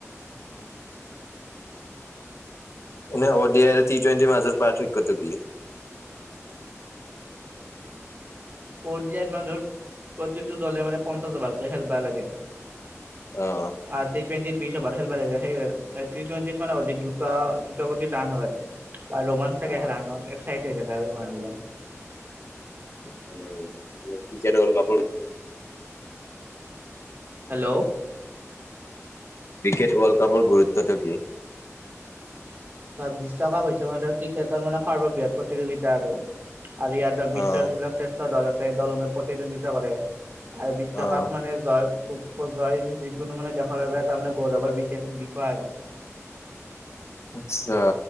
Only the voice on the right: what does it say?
পৰ্যায়ত মানুহৰ প্ৰতিটো দলে মানে পঞ্চাচ অভাৰকে খেলিব লাগে
আৰু টি টুৱেণ্টিত বি অভাৰ খেলিব লাগে সেই হয় টি টুৱেণ্টিত মানে অধিক দুটা দুটা দ্ৰুত ৰাণ হয় বা ৰোমাঞ্চ থাকে
খেলা খনত এক্সাইট হৈ থাকে মানুহবিলাক
hello
তাত বিশ্বকাপ হৈছে মানে ক্ৰিকেটৰ মানে সৰ্ববৃহৎ প্ৰতিযোগিতা আৰু আৰু ইয়াত তাৰ বিশ্বৰ
যিবিলাক শ্ৰেষ্ঠ দল আছে দলসমূহ প্ৰতিদ্বন্দ্বিতা কৰে আৰু বিশ্বকাপ
মানে জয় উঠ ক জয় যিকোনো মানে দেশৰ বাবে এটা গৌৰৱৰ বিশেষ বিষয় আৰু